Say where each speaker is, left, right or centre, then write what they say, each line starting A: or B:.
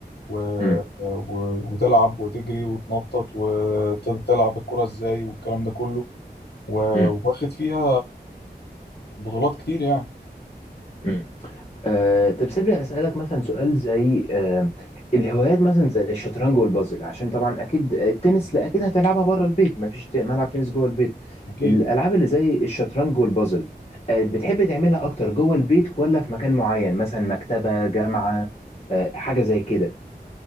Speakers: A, on the left; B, on the left.
A: و...
B: مم.
A: و... وتلعب وتجري وتنطط وتلعب الكرة إزاي والكلام ده كله و...
B: مم.
A: واخد فيها بطولات كتير يعني
B: مم. آه، طب سيبني أنا اسالك مثلا سؤال زي آه، الهوايات مثلا زي الشطرنج والبازل عشان طبعا اكيد التنس لا اكيد هتلعبها بره البيت مفيش ت- ملعب تنس جوه البيت
A: أكيد
B: الالعاب اللي زي الشطرنج والبازل آه، بتحب تعملها اكتر جوه البيت ولا في مكان معين مثلا مكتبة جامعة آه، حاجة زي كده